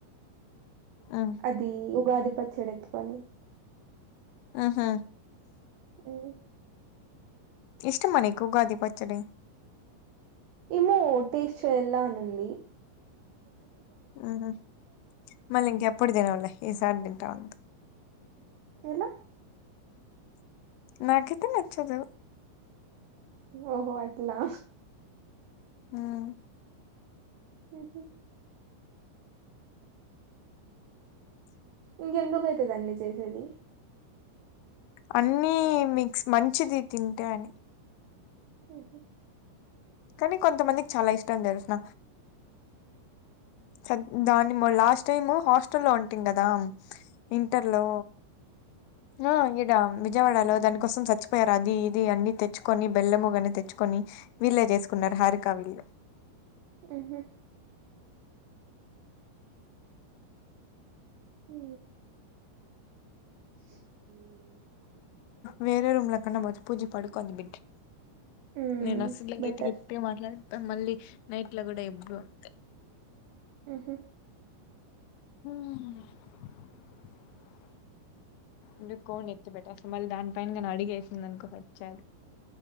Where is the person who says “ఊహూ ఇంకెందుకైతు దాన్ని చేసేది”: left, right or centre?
Right